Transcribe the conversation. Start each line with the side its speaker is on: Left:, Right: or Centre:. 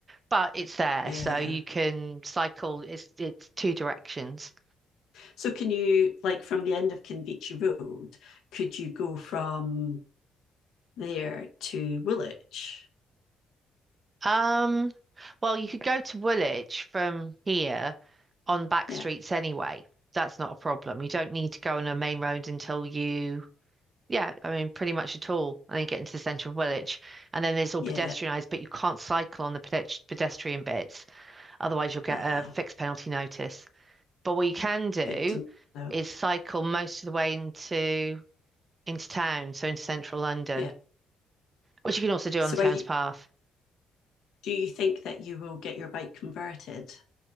Right: But it's there,
Left: Yeah.
Right: so you can cycle it's it's two directions.
Left: So can you, like, from the end of Kinvichi Road, could you go from there to Woolwich?
Right: Um well you could go to Woolwich from here on back
Left: Yeah.
Right: streets anyway. That's not a problem. You don't need to go on a main road until you, yeah, I mean, pretty much at all. And then you get into the centre of Woolwich. And then it's all
Left: Yeah.
Right: pedestrianised, but you can't cycle on the pedest- pedestrian bits. Otherwise, you'll get
Left: Ah,
Right: a fixed penalty notice. But what you can do
Left: good to know.
Right: is cycle most of the way into into town, so into central London,
Left: Yeah.
Right: which you can also do
Left: So
Right: on the Thames
Left: are you,
Right: Path.
Left: do you think that you will get your bike converted?